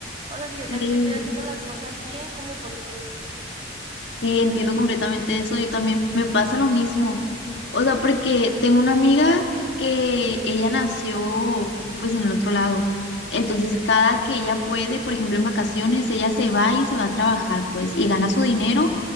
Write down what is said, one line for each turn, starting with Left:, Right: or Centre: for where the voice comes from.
Right: O sea, si yo
Left: sí,
Right: también estoy haciendo las cosas bien, como por qué?
Left: sí, entiendo completamente eso. Yo también me pasa lo mismo. O sea, porque tengo una amiga que ella nació pues en el otro lado. Entonces, cada que ella puede, por ejemplo, en vacaciones, ella se va y se va a trabajar, pues, y gana su dinero.